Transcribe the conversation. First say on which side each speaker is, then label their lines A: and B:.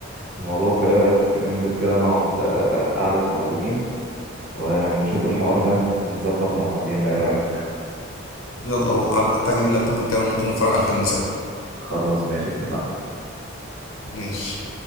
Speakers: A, on the right; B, on the left.
A: في الموضوع فايه رأيك ننزل كده نقعد آه، قعدة معلمين ونشوف الحوار ده ونظبط مع بعضينا ايه رأيك
B: يلا هو حتى اجيب اللابتوب بتاعي ممكن نتفرج على فيلم سوا
A: خلاص ماشي اتفقنا
B: ماشي